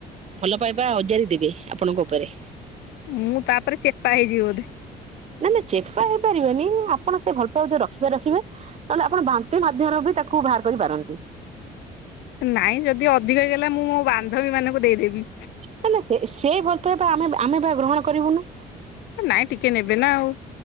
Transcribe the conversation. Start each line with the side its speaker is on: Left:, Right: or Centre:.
Right: ଭଲ ପାଇବା ଅଜାରି ଦେବେ, ଆପଣଙ୍କ ଉପରେ।
Left: ମୁଁ ତାପରେ ଚେପା ହେଇଯିବି ବୋଧେ?
Right: ନାଇଁ ନାଇଁ ଚେପା ହେଇପାରିବେନି ଆପଣ ସେ ଭଲ ପାଇବା ଯ ରଖିବେ ରଖିବେ ନହେଲେ ଆପଣ ବାନ୍ତି ମାଧ୍ୟମରେ ବି ତାକୁ ବାହାର କରିପାରନ୍ତି।
Left: ନାଇଁ ଯଦି ଅଧିକ ହେଇଗଲା ମୁଁ ମୋ ବାନ୍ଧବୀ ମାନଙ୍କୁ ଦେଇଦେବି।
Right: ତାହେଲେ ସେ ଭଲପାଇବା ଆମେ -ଆମେ ବା ଗ୍ରହଣ କରିବୁନୁ।
Left: ନାଇଁ ଟିକେ ନେବେ ନା ଆଉ।